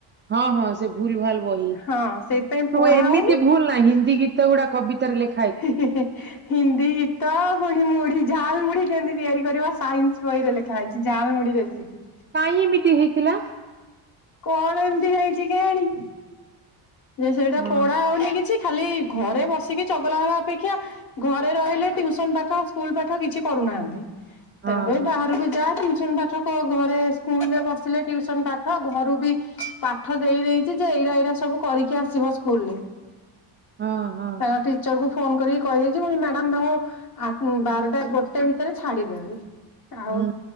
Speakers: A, on the right; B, on the left.
A: ହଁ ହଁ ସେ ଭୁଲ୍ ଭାଲ୍ ବହି
B: ହଁ ସେଇଥିପାଇଁ ପଢା
A: ସବୁ ଏମିତି
B: ହଉନି
A: ଭୁଲ ନାହିଁ ହିନ୍ଦୀ ଗୀ ସେଗୁଡା କବିତାରେ ଲେ
B: ହି-ହି-ହି ହିନ୍ଦୀ ଗୀତ ପୁଣି ମୁଢି ଝାଲ୍ ମୁଢି କେମିତି ତିଆରି କରିବ ସାଇନ୍ସ ବହିରେ ଲେଖା ହେଇଛି ଝାଲ୍ମୁଢି ରେସିପି।
A: କାଇଁ ଏମିତି ହେଇଥିଲା?
B: କଣ ଏମିତି ହେଇଛି କେଇଆଣି ଯେ ସେଇଟା
A: ହଁ
B: ପଢା ହୋଉନି କିଛି। ଖାଲି ଘରେ ବସିକି ଚଗଲା ହବା ଅପେକ୍ଷା ଘରେ ରହିଲେ ଟିଉସନ୍ ପାଠ ସ୍କୁଲ ପାଠ କିଛି କରୁନାହାନ୍ତି
A: ହଁ
B: ତେଣୁକରି
A: ହଁ
B: ବାହାରକୁ ଯା ଟିଉସନ ପାଠ ସବୁ ଘରେ ସ୍କୁଲ ରେ ବସିଲେ ଟିୟୁସନ ପାଠ ଘରୁ ବି ପାଠ ଦେଇ ଦେଇଚି ଯେ, ଏଇରା ଏଇରା ସବୁ କରିକି ଆସିବ ସ୍କୁଲରେ।
A: ହଁ ହଁ
B: ତାଙ୍କଠି ଟିଚର କୁ ଫୋନ କରିକି କହିଦେଇଚି, ମୁଁ କହିଲି ମ୍ୟାଡାମ ତାଙ୍କୁ, ବାରଟା ଗୋଟେ ଭିତରେ ଛାଡିଦେବେନି। ଆଉ
A: ହୁଁ